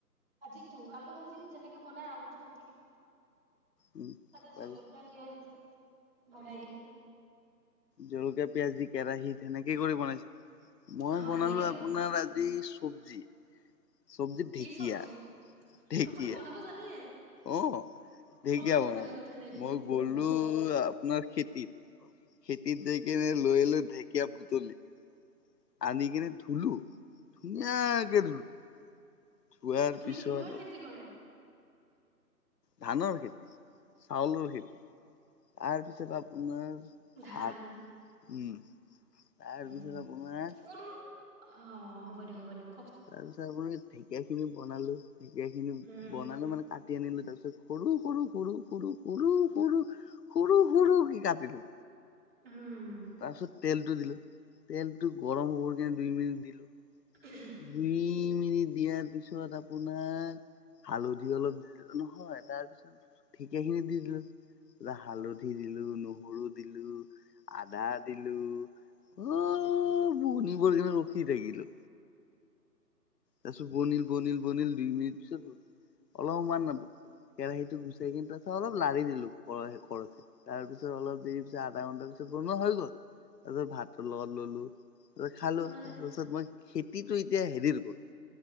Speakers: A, on the right; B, on the left.
A: ভাজিটো আলু ভাজি যেনেকে বনাই আলুটো কাটি কুতি
B: উম
A: তাতে জলকীয়া,
B: তাৰপিছত
A: পিয়াঁজ দি বনাই দিলো।
B: জলকীয়া পিয়াঁজ দি কেৰাহী তেনেকে কৰি বনাইছে, মই
A: অ
B: বনালো
A: সেনেকে
B: আপোনাৰ
A: বনাই
B: আজি চব্জি। চব্জিত
A: কি
B: ঢেকীয়া
A: চব্জি?
B: ঢেকীয়া
A: আপুনি বনাব জানে।
B: অ ঢেকীয়া
A: কম ধেমালি
B: বনালো,
A: কথা নে এইটো?
B: মই গলো
A: অ।
B: আপোনাৰ খেতিত। খেতিতে কেৰে লৈ লৈ ঢেকীয়া বুটলি। আনি কিনে ধুলো ধুনীয়াকে ধুলো। ধোৱাৰ
A: আপুনি
B: পিছত
A: কিহৰ খেতি কৰে?
B: ধানৰ খেতি, চাউলৰ খেতি। আৰপিছত আপোনাৰ
A: ধান
B: ভাত উম। তাৰপিছত
A: উম
B: আপোনাৰ
A: কোন অ' হ'ব দিয়ক, হ'ব দিয়ক।
B: তাৰপিছত আপুনি ঢেকীয়া খিনি বনালো, ঢেকীয়া খিনি
A: উম
B: বনালো মানে তাত কাটি আনিলো তাৰ পিছত সৰু সৰু সৰু সৰু সৰু সৰু সৰু সৰুকে কাটিলো।
A: উমম।
B: তাৰপিছত তেলটো দিলোঁ, তেলটো গৰম হ'বৰ কাৰণে দুই মিনিট দিলোঁ।
A: <unintelligible>
B: দুই মি দিয়াৰ পিছত আপোনাৰ হালধি অলপ দিলো নহয়, তাৰপিছত ঢেকীয়াখিনি দি দিলো। হালধি দিলো, নহৰু দিলো, আদা দিলো। অ' বনিবৰ কাৰণে ৰখি থাকিলো। তাৰপিছত বনিল বনিল বনিল দুই মিনিট পিছত অলমান কেৰাহীটো গুচাই <unintelligible> তাৰপিছত অলপ দেৰি পিছত আধা ঘন্টাৰ পিছত বনোৱা হৈ গ'ল, তাৰ পিছত ভাতৰ লগত ললো। খালো,
A: বনালে
B: তাৰপিছত মই খেতিটো এতিয়া হেৰি কৰো